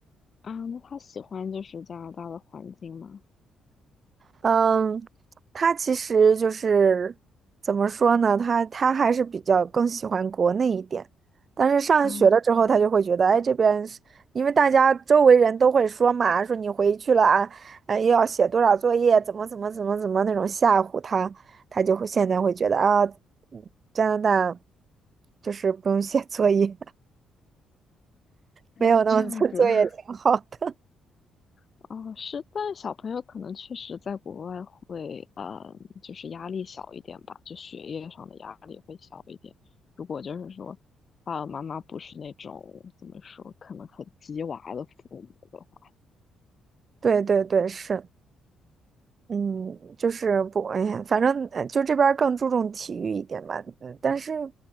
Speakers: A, on the left; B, on the right.
A: 啊，那他喜欢就是加拿大的环境吗？
B: 嗯，他其实就是怎么说呢，他他还是比较更喜欢国内一点，但是上学了之后，
A: 啊，
B: 他就会觉得，哎，这边是因为大家周围人都会说嘛，说你回去了啊，呃，又要写多少作业，怎么怎么怎么怎么那种吓唬他，他就会现在会觉得啊，嗯加拿大就是不用写作业。
A: 那这样子，
B: 没有那么嗯做作也挺好的。
A: <laughs> 哦，是，但小朋友可能确实在国外会，嗯，就是压力小一点吧，就学业上的压力会小一点。如果就是说，爸爸妈妈不是那种怎么说，可能很鸡娃的父母的话，
B: 对对对，是，嗯，就是不，哎呀，反正呃就这边儿更注重体育一点吧。嗯，但是，